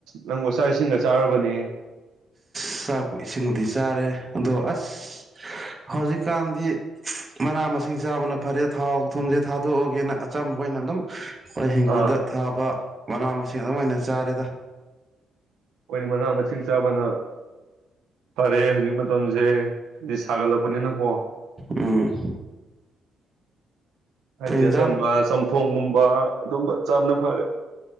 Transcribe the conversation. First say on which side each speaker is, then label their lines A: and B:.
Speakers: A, on the right; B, on the right.
A: ꯅꯪꯕꯨ ꯉꯁꯥꯏꯁꯤꯡ ꯆꯥꯔꯕꯅꯦ
B: ꯑ ꯆꯥꯛꯄ ꯏꯁꯤꯡꯕꯨꯗꯤ ꯆꯥꯔꯦ ꯑꯗꯣ ꯑꯁ ꯍꯧꯖꯤꯛꯀꯥꯟꯗꯤ ꯃꯅꯥ ꯃꯁꯤꯡ ꯆꯥꯕꯅ ꯐꯔꯦ ꯊꯥꯎ ꯊꯨꯝꯁꯦ ꯊꯥꯗꯣꯛꯑꯒꯦꯅ ꯑꯆꯝꯕ ꯑꯣꯏꯅ ꯑꯗꯨꯝ ꯑꯩꯈꯣꯏ ꯍꯤꯡꯒꯣꯜꯗ
A: ꯑꯥ
B: ꯊꯥꯕ ꯃꯅꯥ ꯃꯁꯤꯡ ꯑꯗꯨꯝ ꯑꯣꯏꯅ ꯆꯥꯔꯦꯗ
A: ꯑꯩꯈꯣꯏꯅ ꯃꯅꯥ ꯃꯁꯤꯡ ꯆꯥꯕꯅ ꯐꯔꯦ ꯍꯧꯖꯤꯛ ꯃꯇꯝꯁꯦ ꯍꯥꯏꯗꯤ ꯁꯥꯒꯠꯂꯛꯄꯅꯤꯅꯀꯣ
B: ꯎꯝ
A: ꯍꯥꯏꯗꯤ
B: ꯀꯩ ꯌꯦꯟꯖꯥꯡ
A: ꯑꯆꯝꯕ ꯆꯝꯊꯣꯡꯒꯨꯝꯕ ꯑꯗꯨꯝꯕ ꯆꯥꯞꯅ ꯐꯔꯦ